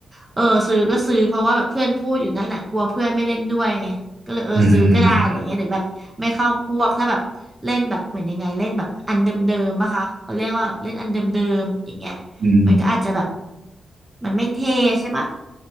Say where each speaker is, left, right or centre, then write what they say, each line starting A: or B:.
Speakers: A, on the right; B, on the right.
A: เออซื้อก็ซื้อเพราะว่าแบบเพื่อนพูดอยู่นั่นน่ะกลัวเพื่อนไม่เล่นด้วยไง ก็เลยเออซื้อก็ได้อะไรเงี้ยเดี๋ยวแบบไม่เข้าพวกถ้าแบบเล่นแบบเหมือนยังไงเล่นแบบอันเดิมๆปะคะเขาเรียกว่าเล่นอันเดิมๆอย่างเงี้ย
B: อืมอืม
A: มันก็อาจจะแบบมันไม่เท่ใช่ปะ